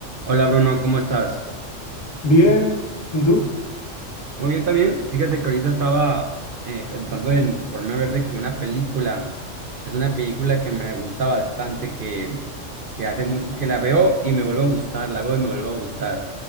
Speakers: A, on the right; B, on the left.
A: Hola Bruno, ¿cómo estás?
B: Bien, ¿y tú?
A: Muy bien también. Fíjate que ahorita estaba eh, pensando en ponerme a ver de que una película es una película que me gusta bastante, que, que hace muy, que la veo y me vuelve a gustar, la veo y me vuelve a gustar.